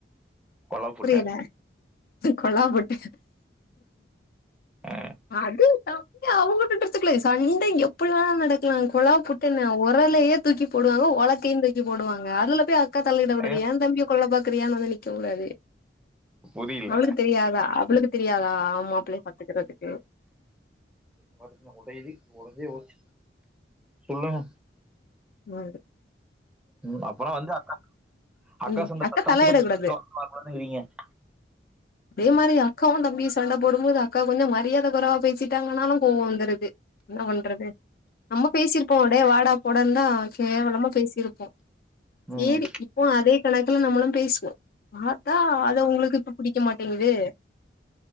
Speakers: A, in the centre; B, on the left.
A: கொலை புட்டை
B: புரியல கொல்லாம் பொட்டு
A: ஆஹ்
B: அதேதா ஏ அவுங்க கட்டு இருத்துக்கலே சண்டை எப்டிலா நடக்கலா குழா புட்டுன்ன உரலயே தூக்கி போடுவாங்க உலக்கைையு தூக்கி போடுவங்க அதுல போய் அக்கா த விடது
A: ஏங்க
B: ஏன் தம்பிய கொல்ல பாக்குறியானு வந்து நிக்க கூடாது
A: புரியல
B: அவளுக்கு தெரியாதா அவளுக்கு தெரியாதா ஆமா பிள்ளைய பாத்துக்கறதுக்கு
A: வாக்குன்ன ஒடை ஒடஞ்சே போச்சு சொல்லுங்க
B: ம்
A: ம் அப்றோ வந்து அக்கா அக்கா
B: ம்
A: சொந்தத்த தம்பி
B: தலையிடக் கூடாது
A: <unintelligible>
B: அதே மாரி அக்காவு தம்பி சண்டை போடும்போது அக்கா கொஞ்சம் மரியாதை குறைவா பேசிட்டாங்கனாலு கோவம் வந்துருது என்ன பண்றது நம்ம பேசிருக்கோ அடே வாடா போடான்னு தா கேவலமா பேசிருப்போ சேரி
A: ம்
B: இப்போ அதே கணக்குல நம்மளு பேசுவோம் பாத்தா அத உங்களுக்கு இப்ப பிடிக் க்க மாட்டேங்குது